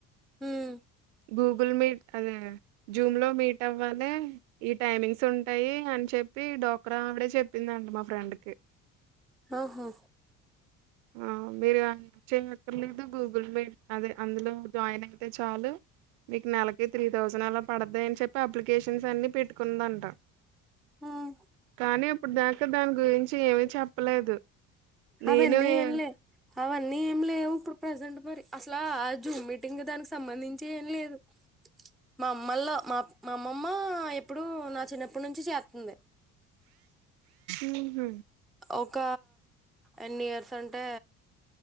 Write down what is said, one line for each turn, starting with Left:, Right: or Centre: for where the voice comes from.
Centre: హ్మ్
Right: గూగుల్ మీట్ అదే జూమ్ లో మీట్ అవ్వాలె ఈ టైమింగ్స్ ఉంటాయి అని చెప్పి డాక్రా ఆవిడే చెప్ ప్పిందంట మా ఫ్రెండ్ కి
Centre: ఆహా
Right: ఆ మీరు చేయక్కర్లేదు గూగుల్ పే అదే అందులో జాయిన్ అయితే చాలు మీకు నెలకి త్రీ థౌసండ్ అలా పడతాయి అని చెప్పి అప్లికేషన్స్ అన్ని పెట్టుకున్నదంట
Centre: ఉమ్
Right: కానీప్ ఇప్పుడు దాకా దాని గురించి ఏమి చెప్పలేదు నేను
Centre: అవన్నీ
Right: ఏ
Centre: లే అవన్నీ ఏమి లేవు ఇప్పుడు ప్రజెంట్ మరి అసలా ఆ జూమ్ మీటింగ్ దానికి సంబంధించి ఏం లేదు మా అమ్మల్లో మా మా అమ్మమ్మ ఎప్పుడో నా చిన్నప్పటి నుంచి చెత్తుంది
Right: ఉహు
Centre: ఒక ఎన్ని ఇయర్ సంటే